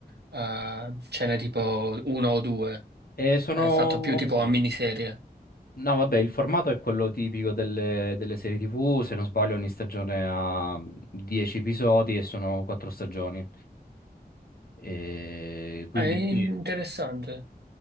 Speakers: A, on the right; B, on the left.
A: eh, ce n'è tipo uno o due?
B: E sono...
A: È fatto più tipo a miniserie.
B: No, vabbè, il formato è quello tipico delle, delle serie TV, se non sbaglio ogni stagione ha 10 episodi e sono 4 stagioni. E quindi...
A: Ah, è
B: sì.
A: interessante.